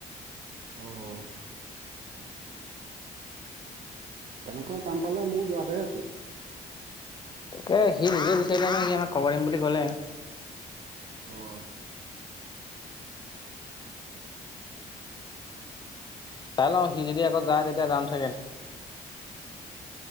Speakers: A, on the right; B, on the left.
A: অহ। তেনেকুৱা কাম পালে ময়ো যোৱাতে আছো।
B: তাকে সি নিজেই বিচাৰিলে ম সি আমাক খবৰ দিম বুলি ক'লে।
A: অহ।
B: চাই লওঁ সি যদি আকৌ যায় তেতিয়া যাম চাগে।